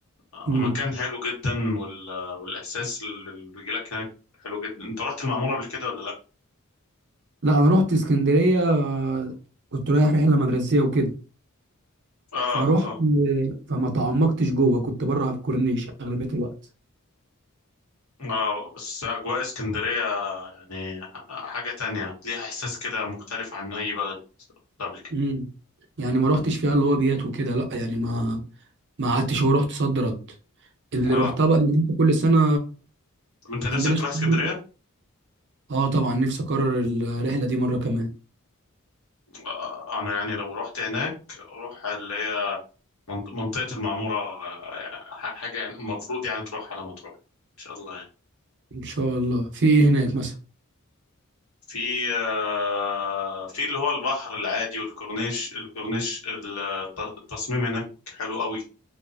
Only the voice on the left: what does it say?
آه،
مكان حلو جدا وال... والإحساس اللي بيجيلك هناك حلو جدا انت رحت المعمورة قبل كده ولا لأ
اه
اه
اه بس أجواء اسكندرية يعني حاجة تانية ليها إحساس كده مختلف عن أي بلد قبل كده
اه
طب انت نفسك
تروح
اسكندرية؟
آه، انا يعني لو رحت هناك اروح اللي هي منط- منطقة المعمورة آه، ح- حاجة يعني المفروض يعني تروح على ما تروح ان شاء الله يعني.
في آه، في اللي هو البحر العادي والكورنيش الكورنيش الت- التصميم هناك حلو قوي